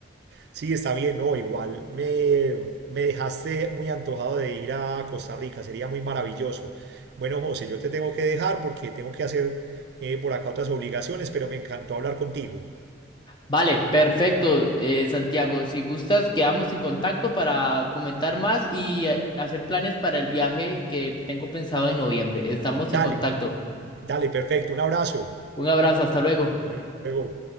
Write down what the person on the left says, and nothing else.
Vale, perfecto, eh, Santiago. Si gustas, quedamos en contacto para comentar más y eh, hacer planes para el viaje que tengo pensado en noviembre. Estamos en
contacto.
Un abrazo, hasta luego.